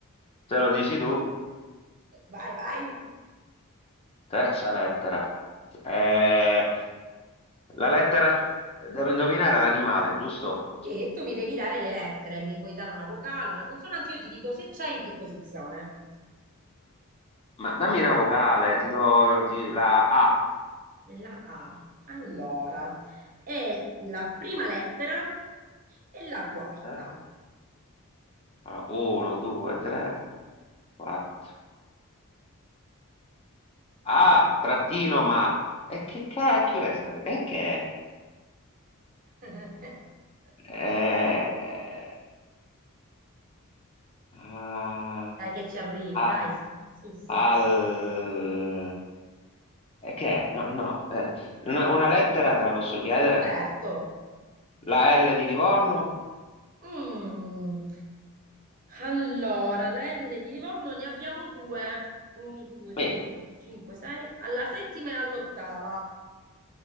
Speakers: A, on the left; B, on the right.
A: Te lo dici tu,
B: Vai, vai.
A: terza lettera. Eh, la lettera, devo indovinare l'animale, giusto?
B: E tu mi devi dare le lettere, mi puoi dare una vocale, una consonante, io ti dico se c'è in che posizione.
A: Ma dammi una vocale, ti do ti- la A.
B: La A. Allora, è la prima lettera e la quarta.
A: Eh? 1, 2, 3, 4. A,
B: Dai, dai.
A: trattino, ma. E che cacchio è sta? E che è?
B: Eh. <laughs>
A: Eh, ah,
B: Dai che ci arrivi,
A: ah,
B: dai,
A: Già.
B: su, su, su.
A: al... E che? è? No, no, eh, una, una lettera te la posso chiedere?
B: Certo.
A: La L di Livorno?
B: Mm. Allora, le erle di Livorno ne abbiamo due. 1, 2,
A: Me.
B: 3, 4, 5, 6. Alla settima e all'ottava.